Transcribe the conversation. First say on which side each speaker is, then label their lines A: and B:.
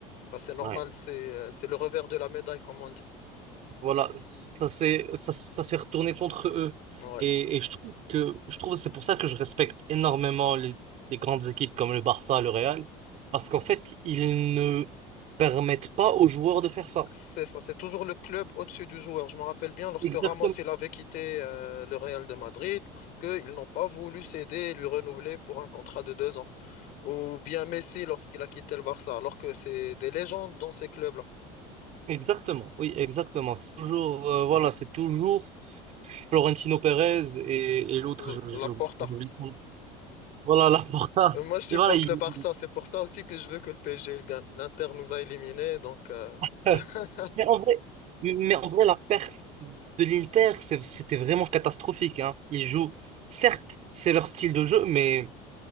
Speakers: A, on the left; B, on the right.
A: bah, c'est normal,
B: Ouais.
A: c'est euh, c'est le revers de la médaille, comme on dit.
B: Voilà, ça s'est ça, ça s'est retourné contre eux.
A: Ouais.
B: Et, et je trouve que je trouve que c'est pour ça que je respecte énormément les, les grandes équipes comme le Barça, le Real, parce qu'en fait, ils ne permettent pas aux joueurs de faire ça.
A: C'est ça, c'est toujours le club au-dessus du joueur. Je me rappelle bien lorsque
B: Exactement.
A: Ramos il avait quitté euh, le Real de Madrid parce qu'ils n'ont pas voulu céder et lui renouveler pour un contrat de deux ans. Ou bien Messi lorsqu'il a quitté le Barça, alors que c'est des légendes dans ces clubs-là.
B: Exactement, oui, exactement. C'est toujours, euh, voilà, c'est toujours Florentino Pérez et, et l'autre,
A: L-
B: je- j'ai
A: La
B: oublié.
A: porta.
B: j'ai oublié son nom. Voilà, Laporta.
A: Euh, Moi, je supporte
B: Et voilà, il-
A: le Barça. C'est pour ça aussi que je veux que le PSG il gagne. L'Inter nous a éliminés, donc euh,
B: <laughs>
A: <laughs>
B: Mais en vrai, mais en vrai, la perte de l'Inter, c'est- c'était vraiment catastrophique, hein. Ils jouent, certes, c'est leur style de jeu, mais,